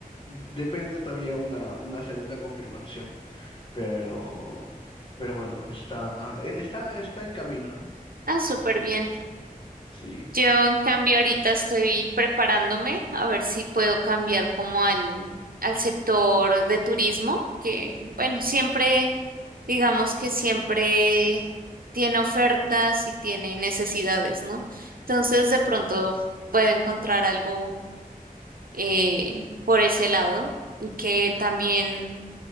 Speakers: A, on the left (about 35°); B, on the right (about 75°).
A: depende todavía una, una segunda confirmación, pero, pero bueno, está, e- está, está en camino, ¿no?
B: Ah, súper bien.
A: Sí.
B: Yo, en cambio, ahorita estoy preparándome a ver si puedo cambiar como al, al sector de turismo, que bueno, siempre, digamos que siempre tiene ofertas y tiene necesidades, ¿no? Entonces, de pronto puedo encontrar algo eh, por ese lado, y que también